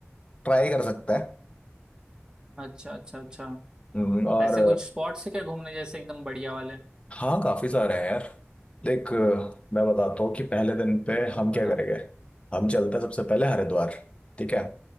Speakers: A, on the left; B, on the right.
A: ट्राई कर सकता है
B: अच्छा अच्छा अच्छा
A: हम्म, और
B: ऐसे कुछ स्पॉट्स है क्या घूमने जैसे एकदम बढ़िया वाले
A: हाँ काफी सारे हैं यार देख अ, मैं बताता हूँ कि पहले दिन पे
B: हम्म हम्म,
A: हम
B: बता
A: क्या करेंगे हम चलते हैं सबसे पहले हरिद्वार ठीक है